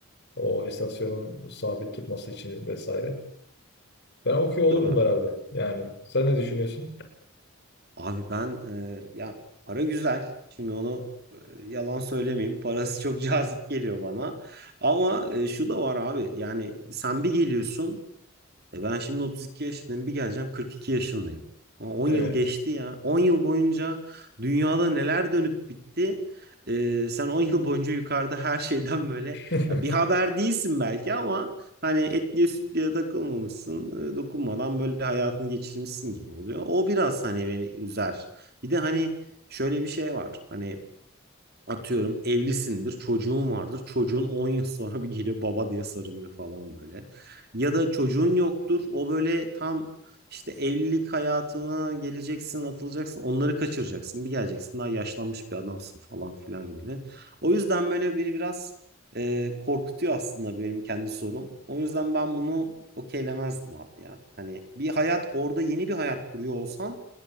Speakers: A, on the left; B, on the right.
A: O istasyonun sabit durması için vesaire. Ben okey olurdum
B: Tabii.
A: herhalde. Yani sen ne düşünüyorsun?
B: Abi ben e, ya para güzel. Şimdi onu e, yalan söylemeyeyim. Parası çok <laughs> cazip geliyor bana. Ama e, şu da var abi. Yani sen bir geliyorsun. E ben şimdi 32 yaşındayım bir geleceğim 42 yaşındayım. Ama 10
A: Evet.
B: yıl geçti ya. 10 yıl boyunca dünyada neler dönüp bitti. E, sen 10 yıl boyunca yukarıda her şeyden böyle
A: <laughs>
B: ya bir haber değilsin belki ama hani etliye sütlüye takılmamışsın. e, dokunmadan böyle hayatını geçirmişsin gibi oluyor. O biraz hani beni üzer. Bir de hani şöyle bir şey var. Hani Atıyorum evlisindir, çocuğun vardır. Çocuğun 10 yıl sonra bir geliyor baba diye sarılıyor falan böyle. Ya da çocuğun yoktur. O böyle tam işte evlilik hayatına geleceksin, atılacaksın. Onları kaçıracaksın. Bir geleceksin daha yaşlanmış bir adamsın falan filan gibi. O yüzden böyle beni biraz e, korkutuyor aslında benim kendi sorum. O yüzden ben bunu okeylemezdim abi ya. Hani bir hayat orada yeni bir hayat kuruyor olsan